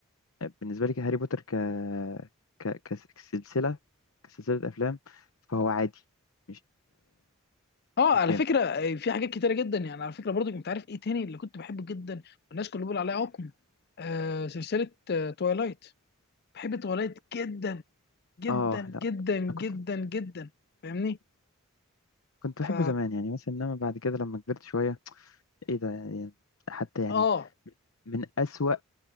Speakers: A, on the left; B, on the left.
A: بالنسبة لي هاري بوتر ك... ك... كس- كسلسلة كسلسلة أفلام فهو عادي مش
B: اه
A: مش
B: على
A: جامد
B: فكره آه، في حاجات كتيره جدا يعني على فكره برضو كنت عارف ايه تاني اللي كنت بحبه جدا والناس كلها بيقول عليه عقم آه سلسله آه توايلايت بحب توايلايت جدا جدا
A: آه لا
B: جدا جدا
A: أنا كنت
B: جدا فاهمني
A: كنت
B: ف
A: بحبه زمان يعني مثلا إنما بعد كده لما كبرت شوية ايه ده يعني حتى يعني
B: اه
A: من أسوأ